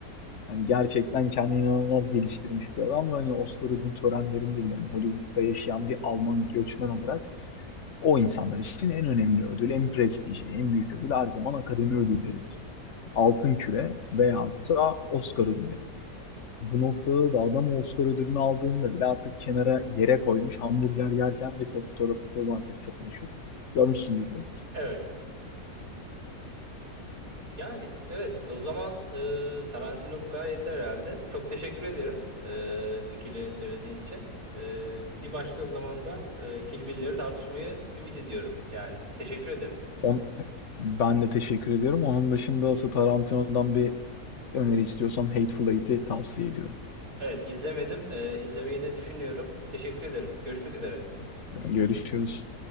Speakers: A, on the left; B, on the right.
A: Hani gerçekten kendini inanılmaz geliştirmiş bir adam ve hani Oscar ödül törenlerinde bile hani Hollywood'da yaşayan bir Alman göçmen olarak o insanlar için en önemli ödül, en prestijli, en büyük ödül her zaman akademi ödülleridir. Altın Küre veyahut da Oscar ödülleri olur. Bu noktada da adam o Oscar ödülünü aldığında bile artık kenara yere koymuş hamburger yerken bir fotoğrafı vardır çok meşhur. Görmüşsündür belki.
B: Evet. Yani evet o zaman e, Tarantino bu kadar yeter herhalde. Çok teşekkür ederim e, fikirlerini söylediğin için. E, bir başka zamanda e, Kill Bill'leri tartışmayı ümit ediyorum. Yani teşekkür ederim.
A: On, ben de teşekkür ediyorum. Onun dışında asıl Tarantino'dan bir öneri istiyorsan Hateful Eight'i tavsiye ediyorum.
B: Evet izlemedim. E, izlemeyi de düşünüyorum. Teşekkür ederim. Görüşmek üzere.
A: Görüşürüz.